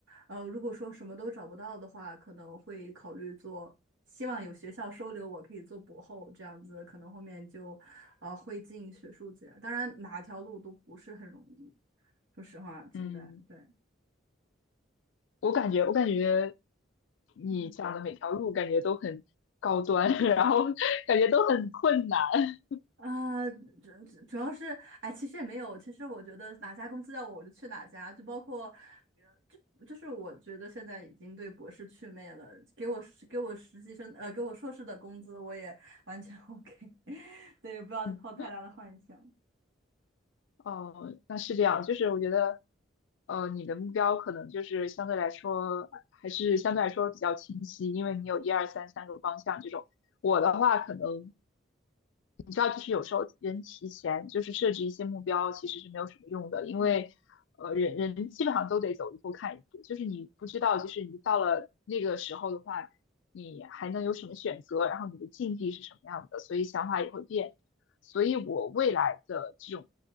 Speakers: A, on the right; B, on the left.
A: 呃，如果说什么都找不到的话，可能会考虑做，希望有学校收留我，可以做博后这样子，可能后面就，呃，会进学术界。当然，哪条路都不是很容易，说实话，现在对，
B: 嗯，我感觉我感觉你讲的每条路感觉都很高端，
A: 嗯。
B: <laughs> 然后感觉都很困难。<laughs>
A: 啊，主主主要是，哎，其实也没有。其实我觉得哪家公司要我，我就去哪家。就包括，呃就就是我觉得现在已经对博士祛魅了。给我给我实习生，呃，给我硕士的工资，我也完全 <laughs> OK。对，也不要抱太大的幻想。
B: 嗯哦，那是这样，就是我觉得，呃，你的目标可能就是相对来说，还是相对来说比较清晰，因为你有一二三三个方向这种。我的话，可能你知道，就是有时候人提前就是设置一些目标，其实是没有什么用的，因为，
A: 嗯，
B: 呃，人人基本上都得走一步看一步，就是你不知道，就是你到了那个时候的话，你还能有什么选择，然后你的境地是什么样的，所以想法也会变。所以我未来的这种